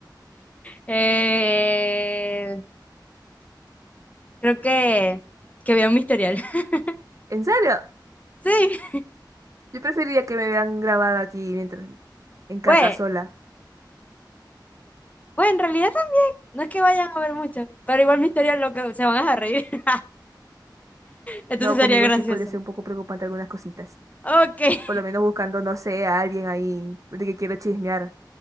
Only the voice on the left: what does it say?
Eh, creo que, que vi un Misterial. <laughs>
Sí,
pues,
pues en realidad también. No es que vayan a ver mucho, pero igual Misterial lo que se van a reír. <laughs> Entonces
sería
gracioso.
Ok.